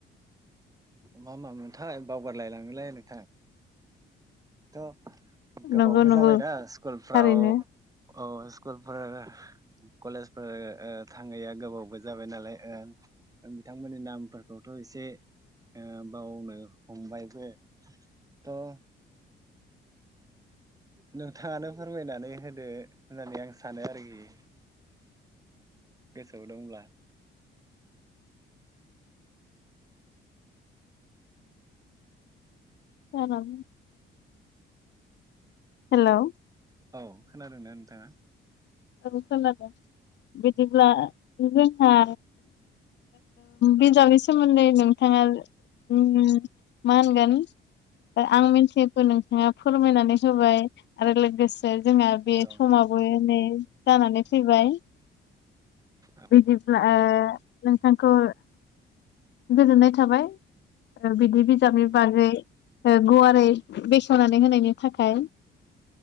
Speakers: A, on the right; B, on the left.
A: मा मामोनथाय बावगारलायलाङोलै नोंथां थ' गोबावबो
B: नंगौ नंगौ
A: जाबायना स्कुलफ्राव
B: थारैनो
A: औ स्कुलफोर कलेजफोर थाङैया गोबावबो जाबाय नालाय ओ नोंथांमोननि नामफोरखौथ' एसे ओ बावनो हमबायबो थ' नोंथाङानो फोरमायनानै होदो होननानै आं सानो आरोखि। गोसोआव दंब्ला।
B: <inaudible> हेलौ
A: औ खोनादोंना नोंथाङा?
B: <inaudible> खोनादों बिदिब्ला जोंहा बिजाबनि सोमोन्दै नोंथाङा ओम मा होनगोन दा आं मिनथियैगखौ नोंथाङा फोरमायनानै होबाय आरो लोगोसे जोंहा बे
A: औ
B: समावबो नै जानानै फैबाय
A: औ
B: बिदिब्ला ओ नोंथांखौ गोजोननाय थाबाय बिदि बिजाबनि बागै गुवारै बेखेवनानै होनायनि थाखाय।